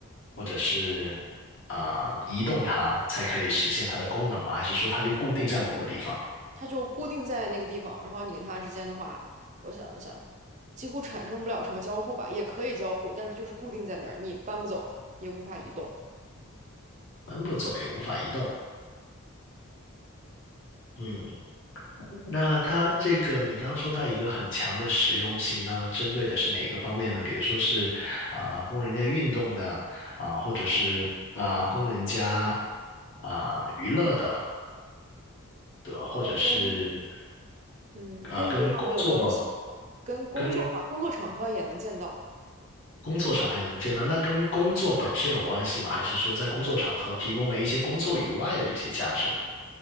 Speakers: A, on the left (about 55°); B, on the right (about 35°).
A: 或者是啊、移动它，才可以实现它的功能吗？还是说它就固定在某个地方，
B: 它就固定在那个地方。然后你跟它之间的话，我想一下，几乎产生不了什么交互吧，也可以交互，但是就是固定在那儿，你搬不走，也无法移动。
A: 搬不走也无法移动？嗯。那它这个，你刚刚说它有一个很强的实用性，那针对的是哪一个方面呢？比如说是啊、供人家运动的啊、或者是啊、供人家啊、娱乐的，对吧？或者是
B: 呃，跟嗯跟娱乐没有关系，
A: 啊、跟工作
B: 跟工作的话，
A: 跟
B: 工作场合也能见到。
A: 工作场合也能见到，那跟工作本身有关系吗？还是说在工作场合提供了一些工作以外的一些价值呢？